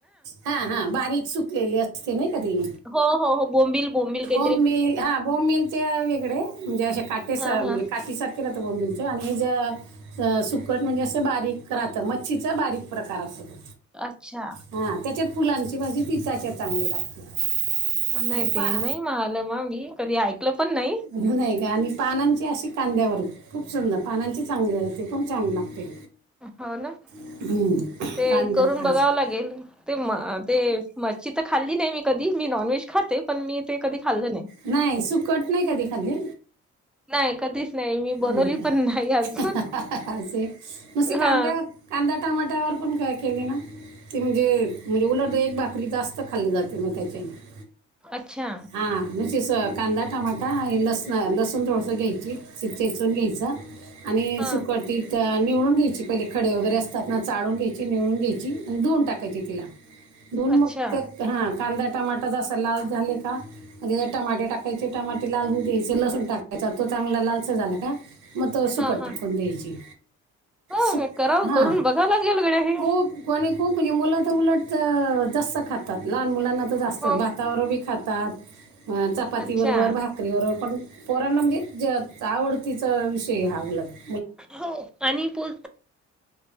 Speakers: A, on the right (about 80°); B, in the centre.
A: हा हा हा बारीक सुकलेली अस असे नाही कधी
B: हो हो हो बोंबि बोंबि का
A: बोम मिलं हां बोम मिलं ते वेगळे म्हणजे असे काटेसं
B: हा हा
A: सांठी सातिरा केलां होतां बोबीलचां आणि हि जं सुकटं म्हणजे असं बारीक राहतं मच्छीचं बारीक प्रकांर असतों
B: अच्छा
A: हां त्यांच्यात फुलांची भांजी तीचशां चांगली लागते आणि
B: नाहीं
A: पा
B: ते नाहीं म्हणालं मं मी कधीं ऐकलं पणं नाहीं
A: म्हणूंन आहे कां आणि पानांची अशी कांद्यावर खूंप सुंदर पानांचे चांगले असते पणं चांग लागते
B: हो नां ते
A: हम्म. कांद्यावर
B: करूंन
A: भाजी.
B: बघावं लागेल ते मं ते मच्छी तरं खांल्ली नाहीं मी कधीं मी नॉनव्हेजं खातें पणं मी ते कधीं खांल्लं नाहीं
A: नाहीं सुंकटं नाहीं कधीं खांली
B: नाही कधीच नाही मी बनवली
A: नाहीं का
B: पण नाही अजून
A: असे नूसि कांद्यावर
B: हा
A: कांदा टमाट्यांवर पणं कायं केले नां ते म्हणजे म्हणजे उलंदा एक भाकरी जास्तं खांल्ली जांते मंग त्यांच्या सोबतं
B: अच्छा
A: हां म्ह तेचं कांदा टमाटां आणि लसणं लसूणं थोडसं घ्यांयची शि ठेचूंन घ्यायचं आणि
B: हा
A: सुकटं ती तर निवळूंन घ्यांयची पहिले खडे वगैरें असतांत नां चाळूंन घ्यांयची निवळूंन घ्यांयची आणि धुऊन टांकायची तिलां दोन
B: अच्छा
A: मं हां कांदा टमाटेचां असे लांल झाले कां म्हणजे जरं टमाटे टाकायचे टमाटे लाल होऊ द्यांयचे लसूणं टाकायचां तो चांगलां लांलसां झालां कां मं तो सुकंट
B: हा हा
A: टाकूंन द्यांची
B: हो
A: सुं
B: करावं
A: हां
B: करून बघावं लागेल गड्या हे
A: खूंप कोणी खूप म्हणजे मुलं तरं उलटं जास्तं खांतातं लहांन मुलांना तरं जास्तं
B: हो.
A: भातांत हातावर बी खांतातं चपांती
B: अच्छा
A: बरोबर भातं भाकरी बरोबर पणं पोरांना म्हणजे जं आवडतीचां विषय हां उलटं
B: हो आणि पो